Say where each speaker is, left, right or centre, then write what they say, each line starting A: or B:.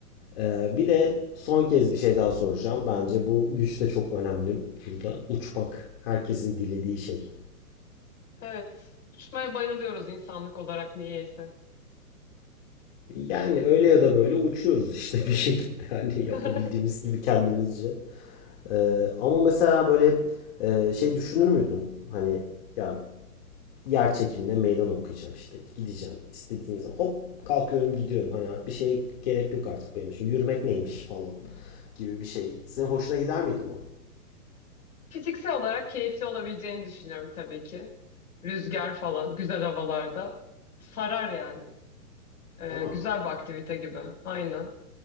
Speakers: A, on the left; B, on the left.
A: E, bir de son kez bir şey daha soracağım. Bence bu güç de çok önemli burada. Uçmak herkesin dilediği şey.
B: Evet, uçmaya bayılıyoruz insanlık olarak niyeyse.
A: Yani öyle ya da böyle uçuyoruz işte bir şekilde <laughs> hani yapabildiğimiz
B: <laughs>
A: gibi kendimizce. Ee, ama mesela böyle e, şey düşünür müydün? Hani ya yer çekimine meydan okuyacağım işte gideceğim istediğim zaman hop kalkıyorum gidiyorum hani bir şeye gerek yok artık benim için yürümek neymiş falan gibi bir şey. Senin hoşuna gider miydi bu?
B: Fiziksel olarak keyifli olabileceğini düşünüyorum tabii ki. Rüzgar falan, güzel havalarda sarar yani. Ee,
A: Değil mi?
B: güzel bir aktivite gibi. Aynen.